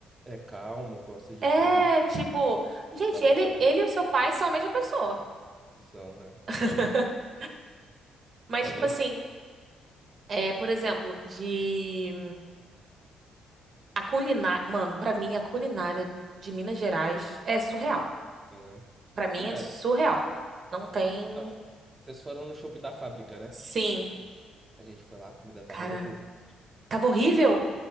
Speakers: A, on the right; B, on the right.
A: é calmo, gosta de
B: É,
A: ficar de
B: tipo, gente,
A: bela
B: ele,
A: com a
B: ele e o seu pai são a mesma pessoa.
A: são, né? É Verdade.
B: <laughs> Mas,
A: É
B: tipo
A: verdade,
B: assim, é, por exemplo, de. A culinária. Mano, pra mim, a culinária de Minas Gerais é surreal.
A: né?
B: Pra mim,
A: Cara,
B: é surreal. Não tem.
A: Não, Vocês foram no shopping da fábrica, né?
B: Sim.
A: A gente foi lá, a comida tava
B: Cara,
A: <laughs> horrível.
B: tava horrível?